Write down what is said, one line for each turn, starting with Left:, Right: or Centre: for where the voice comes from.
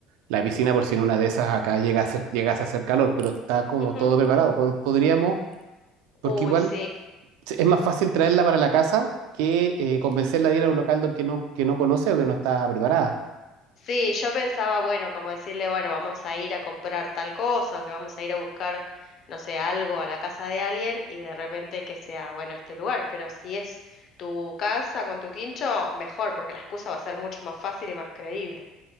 Right: la piscina por si en una de esas acá llega a hacer- llegase a hacer calor, pero está como
Left: ujú.
Right: todo preparado. Pod- Podríamos... Porque
Left: Uy,
Right: igual
Left: sí.
Right: Sí, es más fácil traerla para la casa que eh, convencerla de ir a un local que no, que no conoce o que no está preparada.
Left: Sí, yo pensaba, bueno, como decirle, bueno, vamos a ir a comprar tal cosa o que vamos a ir a buscar, no sé, algo a la casa de alguien y de repente que sea, bueno, este lugar, pero si es tu casa con tu quincho, mejor, porque la excusa va a ser mucho más fácil y más creíble.